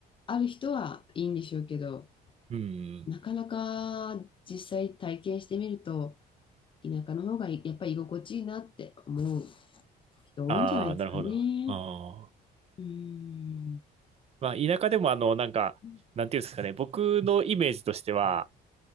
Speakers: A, on the left; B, on the right.
A: ある人はいいんでしょうけど、
B: うん
A: なかなか実際体験してみると、田舎の方がいやっぱり居心地いいなって思う人多いんじゃないですかね。
B: ああ、なるほど。あー
A: うん
B: まあ、田舎でもあの、なんか、
A: うん
B: なんていうんですかね、僕のイメージとしては、